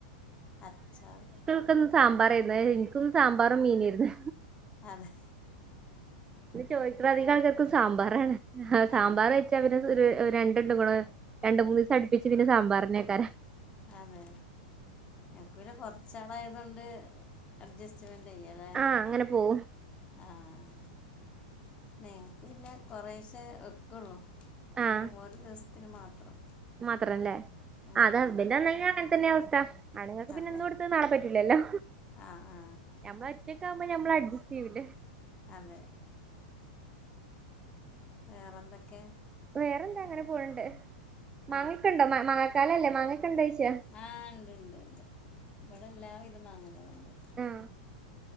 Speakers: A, on the left; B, on the right.
A: അച്ചാർ
B: എനിക്ക് സാമ്പാറായിരുന്ന എനിക്കന്നും സാമ്പാറും മീന ആയിരുന്നു
A: അതെ
B: ഇന്ന് ചോദിക്ക അധികം ആൾക്കർക്കും സാമ്പാറ ആണ് സാമ്പാർ
A: ആ
B: വെച്ചാ പി ഒരു രണ്ടുണ്ട് ഇങ്ങ രണ്ട മൂന്ന് ദിവസം അടുപ്പിച്ച് പിന്നെ സാമ്പാറിനെ ആക്കാരെ
A: അതെ എനക്ക് പിന്നെ കൊറച്ചാളായതൊണ്ട് അഡ്ജസ്റ്റ്മെന്റ് ചെയ്യാലേ
B: ആഹ് അങ്ങനെ പോവും
A: ആഹ നിക്ക് പിന്നെ കൊറേ ശേ വെക്കുള്ളു ഒന്ന്
B: ആഹ്
A: ഓരോ ദിവസത്തിന് മാത്രം
B: മാത്രല്ലേ
A: ഉം
B: ആ അത് ഹസ്ബൻഡ്ന്നന
A: ഉം
B: തന്നെ അവസ്ഥ ആണുങ്ങൾക്ക്
A: അതെ
B: പിന്നെ ഇന്നുകൊടുത്ത് നാളെ പറ്റൂലല്ലോ
A: ആ ആ
B: മ്മള ഒറ്റക്കാവുമ്പോ ഞമ്മള് അഡ്ജസ്റ്റ് ചെയൂല്ലേ
A: അതെ. വേറെന്തൊക്ക്യ?
B: വേറെന്താ അങ്ങനെ പോണണ്ട്. മാങ്ങക്കുണ്ടോ?
A: ആ
B: മങ്ങക്കാലല്ലേ മാങ്ങക്കെണ്ടോയ്ച.
A: ആ ഇണ്ട് ണ്ട് ണ്ട്. ഇവിടെ എല്ലാവിധ മാങ്ങകളും ഉണ്ട്.
B: ആഹ്